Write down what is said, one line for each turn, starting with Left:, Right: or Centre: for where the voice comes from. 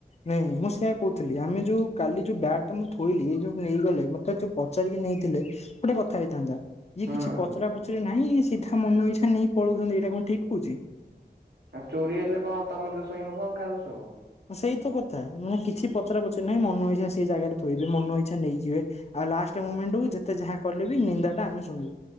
Left: ନାଇଁ ମୁଁ ସେଇଆ କହୁ ଥିଲି ଆମେ ଯୋଉ କାଲି ଯୋଉ ବ୍ୟାଗ୍ ଟା ମୁଁ ଥୋଇଲି ଯୋଉ ନେଇଗଲେ ମତେ ଯଉ ପଚାରିକି ନେଇଥିଲେ ଗୋଟେ କଥା ହେଇଥାନ୍ତା ଇଏ
Right: ହୁଁ।
Left: କିଛି ପଚରା ପଚରି ନାହିଁ ସିଧା ମନ ଇଛା ନେଇ ପଳଉଛନ୍ତି ଏଇଟା କଣ ଠିକ ହେଉଛି।
Right: ଆଉ ଚୋରି ହେଲେ କଣ ତମର ଦେୋଷ ହିଁ ହବ ଆଉ କାହା ଦୋଷ ହବ।
Left: ସେଇତ କଥା ମାନେ କିଛି ପ ପଚରା ପଚରି ନାଇଁ ମନ ଇଛା ସେଇ ଜାଗାରେ ଥୋଇବେ ମନଇଛା ନେଇଯିବେ ଆଉ ଲାଷ୍ଟ ମୋମେଂଟକୁ ଯେତେ ଯାହା କଲେବି ନିନ୍ଦା ଟା ଆମେ ଶୁଣିବୁ